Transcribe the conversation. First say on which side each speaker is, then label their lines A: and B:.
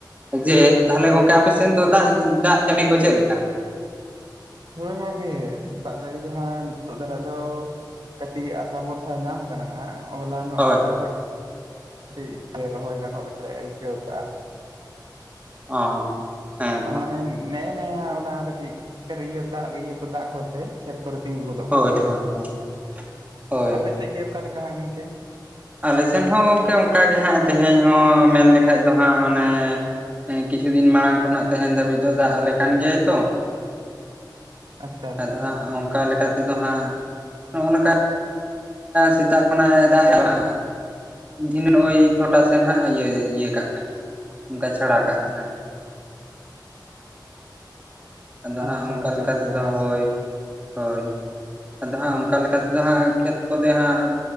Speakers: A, on the right (about 20°); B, on the right (about 80°).
A: ᱡᱮ ᱛᱟᱦᱚᱞᱮ ᱜᱚᱢᱠᱮ ᱟᱯᱮ ᱥᱮᱱ ᱫᱚ ᱫᱟᱜ ᱫᱟᱜ ᱡᱟᱹᱲᱤ ᱠᱚ ᱪᱮᱫ ᱞᱮᱠᱟ?
B: ᱦᱳᱭ ᱜᱚᱝᱠᱮ ᱫᱟᱜ ᱡᱟᱹᱲᱤ ᱫᱚ ᱦᱟᱸᱜ ᱱᱤᱛᱚᱜ ᱫᱷᱟᱨᱟ ᱫᱚ ᱠᱟᱹᱴᱤᱡ ᱟᱥᱟ ᱵᱷᱚᱨᱥᱟ ᱧᱟᱢ ᱠᱟᱱᱟ ᱦᱟᱸᱜ ᱦᱚᱞᱟᱱᱚᱜ
A: ᱦᱳᱭ
B: ᱠᱷᱚᱡ ᱫᱚ ᱠᱟᱹᱴᱤᱡ ᱛᱮ ᱨᱚᱦᱚᱭ ᱜᱟᱱᱚᱜ ᱞᱮᱠᱟᱞᱮ ᱟᱹᱭᱠᱟᱹᱣ ᱠᱟᱜᱼᱟ᱾
A: ᱚ ᱦᱮᱸ
B: ᱟᱨ
A: ᱛᱚ
B: ᱢᱟᱱᱮ ᱱᱮᱜ <unintelligible> ᱚᱱᱟ ᱠᱟᱹᱴᱤᱡ ᱤᱭᱟᱹᱟᱜ ᱤᱭᱟᱹ ᱠᱚ ᱫᱟᱜ ᱠᱚ ᱮᱱᱛᱮ ᱠᱷᱮᱛ ᱠᱚᱨᱮ ᱛᱤᱸᱜᱩ ᱜᱚᱫᱚᱜ
A: ᱦᱳᱭ
B: ᱠᱟᱱᱟ ᱦᱟᱸᱜ,
A: ᱦᱳᱭ ᱦᱳᱭ ᱦᱳᱭ
B: ᱟᱯᱮ ᱥᱮᱫ ᱜᱮ ᱚᱠᱟ ᱞᱮᱠᱟ ᱦᱟᱸᱜ ᱜᱚᱢᱠᱮ?
A: ᱟᱞᱮ ᱥᱮᱱ ᱦᱚᱸ ᱜᱚᱝᱠᱮ ᱚᱱᱠᱟᱜ ᱜᱮ ᱦᱟᱸᱜ ᱛᱮᱦᱮᱧ ᱦᱚᱸ ᱢᱮᱱ ᱞᱮᱠᱷᱟᱡ ᱫᱚ ᱦᱟᱸᱜ ᱚᱱᱮ ᱦᱮᱸ ᱠᱤᱪᱷᱩ ᱫᱤᱱ ᱢᱟᱲᱟᱝ ᱠᱷᱚᱱᱟᱜ ᱛᱮᱦᱮᱱ ᱫᱷᱟᱹᱵᱤᱡ ᱫᱚ ᱫᱟᱜ ᱟᱞᱮ ᱠᱟᱱ ᱜᱮᱭᱟᱭ ᱛᱚ᱾
B: ᱟᱪᱪᱷᱟ ᱟᱪᱪᱷᱟ
A: ᱟᱫᱚ
B: ᱟᱪᱪᱷᱟ
A: ᱦᱟᱸᱜ ᱚᱱᱠᱟ ᱞᱮᱠᱟ ᱛᱮᱫᱚ ᱦᱟᱸᱜ ᱱᱚᱜᱼᱚ ᱱᱚᱝᱠᱟ ᱥᱮᱛᱟᱜ ᱠᱷᱚᱱᱟᱜ ᱮ ᱫᱟᱜ ᱮᱫᱟ ᱫᱷᱤᱱᱟᱹ ᱳᱭ ᱪᱷᱚᱴᱟ ᱥᱮᱫ ᱦᱟᱸᱜ ᱤᱭᱟᱹ ᱠᱟᱜ ᱠᱟᱱᱟ, ᱜᱟᱪᱷᱟᱲ ᱠᱟᱜ ᱠᱟᱱᱟᱭ, ᱟᱫᱚ
B: ᱟᱪᱪᱷᱟ
A: ᱦᱟᱸᱜ ᱚᱱᱠᱟ
B: ᱟᱪᱪᱷᱟ
A: ᱞᱮᱠᱟ
B: ᱟᱪᱪᱷᱟ
A: ᱛᱮᱫᱚ
B: ᱱᱟᱯᱟᱭ
A: ᱦᱳᱭ ᱦᱳᱭ᱾ ᱟᱫᱚ ᱦᱟᱸᱜ ᱚᱱᱠᱟ ᱞᱮᱠᱟ ᱛᱮᱫᱚ ᱦᱟᱸᱜ ᱠᱷᱮᱛ ᱠᱚᱫᱚ ᱦᱟᱸᱜ